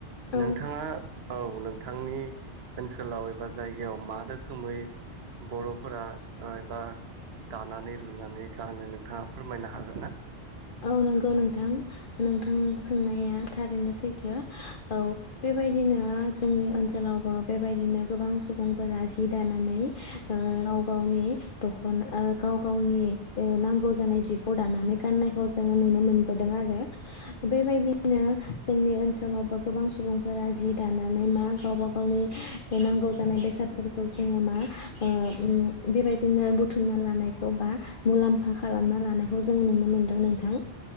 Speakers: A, on the left (about 55°); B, on the right (about 65°).
A: औ
B: नोंथाङा औ नों नोंथांनि ओनसोलाव एबा जायगायाव मा रोखोमै बर'फोरा ओ बा दानानै लुनानै गानो नोंथाङा फोरमायनो हागोन ना?
A: औ नंगौ नोंथां नोंथां सोंनाया थारैनो सैथो औ बेबायदिनो जोंनि ओनसोलावबो बेबायदिनो गोबां सुबुंफोरा सि दानानै ओ गाव गावनि द'खना ओ गाव गावनि ओ नांगौ जानाय जिखौ दानानै गाननायखौ जोङो नुनो मोनदों आरो बेबायदिनो जोंनि ओनसोलावबो गोबां सुबुंफोरा जि दानानै मा गावबा गावनि नांगौ दानाय बेसादफोरखौ जोङो मा ओ उम बेबायदिनो बुथुमना लानायखौ बा मुलाम्फा खालामना लानायखौ जों नुनो मोन्दों नोंथां